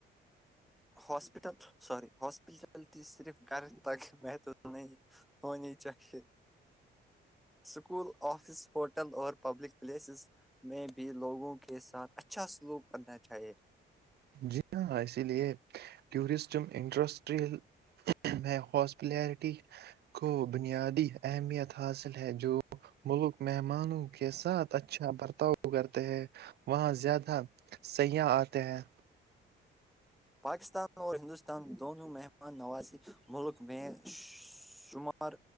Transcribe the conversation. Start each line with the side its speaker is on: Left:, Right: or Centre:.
Centre: ہاسپٹل ساری ہاسپٹلٹی صرف کر تک محتو نہیں ہونی چاہیے اسکول آفس ہوٹل اور پبلک پلیسز میں بھی لوگوں کے ساتھ اچھا سلوک کرنا چاہیے
Right: جی ہاں اسی لیے ٹورسٹ انٹرسٹ ریل میں ہاسپلیرٹی کو بنیادی اہمیت حاصل ہے جو ملک میں مانوں کے ساتھ اچھا برتاؤ کرتے ہیں وہاں زیادہ سیاح آتے ہیں
Centre: پاکستان اور ہندوستان دونوں مہمان نوازی ملک میں شمار